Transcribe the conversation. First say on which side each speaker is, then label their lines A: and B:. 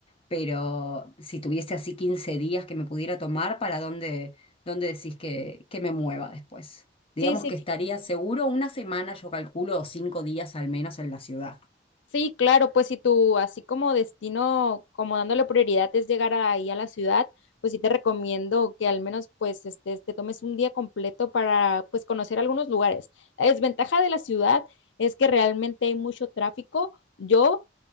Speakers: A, on the left; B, on the left.
A: pero si tuviese así 15 días que me pudiera tomar, ¿para dónde, dónde decís que, que me mueva después? Digamos
B: Sí, sí,
A: que estaría seguro una semana, yo calculo, o cinco días al menos en la ciudad.
B: Sí, claro, pues si tú así como destino, como dándole prioridad es llegar a- ahí a la ciudad, pues sí te recomiendo que al menos pues este, te tomes un día completo para pues conocer algunos lugares. La desventaja de la ciudad es que realmente hay mucho tráfico. Yo